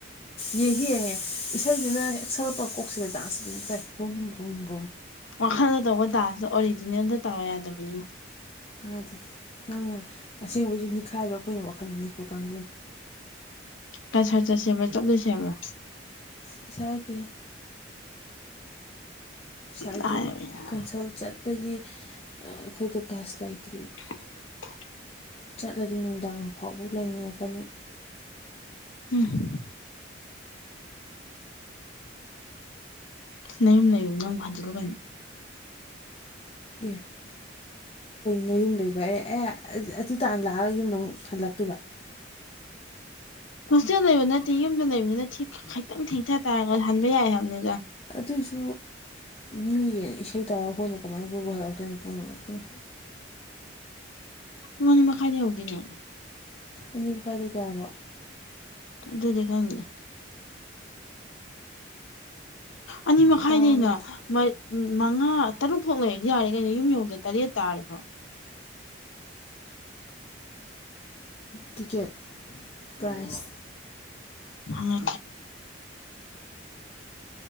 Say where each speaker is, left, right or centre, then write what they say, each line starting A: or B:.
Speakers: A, on the left; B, on the left.
A: ꯌꯦꯡꯁꯤꯌꯦꯍꯦ ꯏꯁꯩꯁꯤꯅ ꯁꯛꯂꯛꯄ ꯀꯣꯛꯁꯤꯗ ꯗꯥꯟꯁ ꯑꯗꯨꯝ ꯆꯥꯏ ꯕꯨꯝꯨꯝ
B: ꯋꯥꯈꯜꯗ ꯇꯧꯕ ꯗꯥꯟꯁꯇ ꯑꯣꯔꯤꯖꯤꯅꯦꯜꯗ ꯇꯥ ꯌꯥꯗꯕꯅꯤꯅ
A: ꯑꯗ ꯅꯪ ꯑꯁꯦꯡꯕꯩꯁꯨ ꯅꯤꯡꯅꯤꯈꯥꯏꯕ ꯑꯩꯈꯣꯏꯅ ꯋꯥꯈꯜꯗꯅꯤꯀꯣ ꯀꯥꯡ
B: ꯇꯁꯔ ꯆꯠꯁꯕ꯭ꯔ ꯆꯠꯂꯣꯏꯁꯦ ꯍꯥꯏꯕ꯭ꯔ
A: ꯄꯁꯥꯏꯗ ꯁꯥꯏꯗꯦ
B: ꯂꯥꯏꯔꯕꯅꯤꯅ
A: ꯀꯟꯁꯜ ꯆꯠꯄꯒꯤ ꯑꯩꯈꯣꯏꯗ ꯒꯥꯁ ꯂꯩꯇꯦ
B: <unintelligible>
A: ꯆꯠꯂꯗꯤ ꯅꯨꯡꯗꯥꯡ ꯐꯥꯎꯕ ꯂꯩꯅꯤꯡꯔꯛꯀꯅꯤ
B: ꯎꯝ ꯅꯨꯝ ꯂꯩꯕ ꯅꯪꯕꯨ ꯍꯟꯖꯤꯜꯂꯨ ꯀꯅ
A: ꯑꯦ ꯅ ꯌꯨꯝ ꯂꯩꯕ ꯑꯦ ꯑꯦ ꯑꯗꯨ ꯇꯥꯅ ꯂꯥꯛꯑꯒ ꯌꯨꯝꯗ ꯑꯃꯨꯛ ꯍꯜꯂꯛꯇꯣꯏꯕ
B: ꯍꯣꯁꯇꯦꯜ ꯂꯩꯕ ꯅꯠꯇꯦ ꯌꯨꯝꯗ ꯂꯩꯕ ꯅꯠꯇꯦ ꯈꯤꯇꯪ ꯊꯦꯡꯊ ꯇꯥꯔꯒ ꯍꯟꯕ ꯌꯥꯏ ꯍꯥꯏꯕꯅꯤꯗ
A: ꯑꯇꯩꯁꯨ ꯃꯤ ꯏꯁꯩ ꯇꯥꯔꯒ ꯑꯩꯈꯣꯏꯅ ꯀꯃꯥꯏꯅ ꯄꯨꯕ ꯍꯜꯂꯛꯇꯣꯏꯅꯣꯨꯡ
B: ꯀꯅ ꯃꯈ ꯈꯥꯏꯗꯤ ꯍꯧꯗꯤꯅꯦ
A: ꯑꯅꯤ ꯃꯈꯥꯏꯗꯤ ꯀꯌꯥꯕꯣ
B: ꯑꯣ ꯇ ꯗ ꯃꯤꯦ ꯑꯅꯤ ꯃꯈꯥꯏꯗꯩꯅ
A: ꯇꯔꯥꯃꯥꯊꯣꯏ
B: ꯎꯝ ꯃꯉꯥ ꯇꯔꯨꯛ ꯐꯥꯎ ꯂꯩꯔꯗꯤ ꯌꯥꯔꯦ ꯀꯩꯅꯣ ꯌꯨꯝ ꯌꯧꯗ ꯇꯔꯦꯠ ꯇꯥꯔꯦꯀꯣ
A: ꯇꯤꯀꯦꯠ ꯄ꯭ꯔꯥꯏꯖ
B: ꯍ